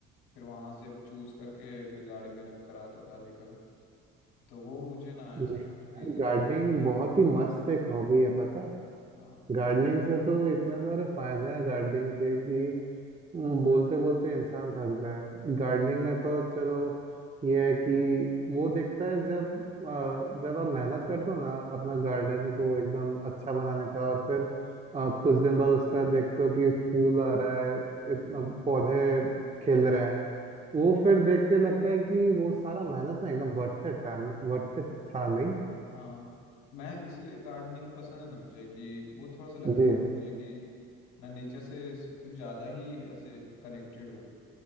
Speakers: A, on the left (about 90°); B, on the right (about 25°).
A: फिर वहां से चूज करके फिर गाड़ी में रख कर आता था लेकर तो वो मुझे ना
B: नहीं
A: ऐसे
B: यार
A: बिजी
B: गार्डनिंग
A: रहना
B: बहुत ही मस्त एक हॉबी है पता है
A: हाँ
B: गार्डनिंग से तो इतने सारे फायदे हैं गार्डनिंग के कि बोलते बोलते इंसान थक जाए गार्डनिंग में तो चलो ये है कि वो दिखता है जब अ, जब आप मेहनत करते हो ना अपना गार्डन को एकदम अच्छा बनाने का और फिर अ, कुछ दिन बाद उसका देखते हो कि फूल आ रहा है इतना पौधे खिल रहे हैं वो फिर देख के लगता है कि वो सारा मेहनत ना एकदम वर्थ इट था वर्थ इट था नहीं
A: हाँ मैं इसीलिए गार्डनिंग पसंद है ना मुझे कि वो थोड़ा सा लगता
B: जी
A: है मुझे कि मैं नेचर से स- कुछ ज़्यादा ही ऐसे कनेक्टेड हूँ